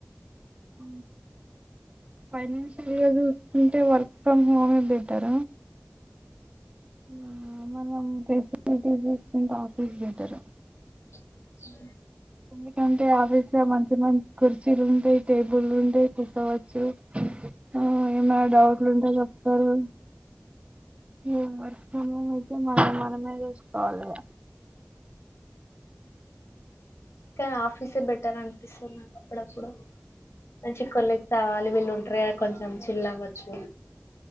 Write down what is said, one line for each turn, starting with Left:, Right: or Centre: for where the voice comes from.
Right: ఊ పైన లేదు అంటే వర్క్ ఫ్రమ్ హోమే బెటర ఊ మనం ఫెసిలిటీస్ జూసుకుంటే ఆఫీస్ బెటరు
Left: <unintelligible>
Right: ఎందుకంటే ఆఫీస్ లో మంచి మంచి కుర్చీలు ఉంటాయి టేబుల్ ఉంటాయి కూర్చోవచ్చు, ఆ ఏమైనా డౌట్లు ఉంటె జెప్తరు, ఈ వర్క్ ఫ్రం హోమ్ అయితే మనం మనమే జూసుకోవాలి ఇగ.
Left: కానీ ఆఫీసే బెటర్ అనిపిసుంది నాకు అప్పుడప్పుడు మంచి కొలిగ్ కావాలి వీళ్లు ఉంట్రగా కొంచెం చిల్ అవచ్చు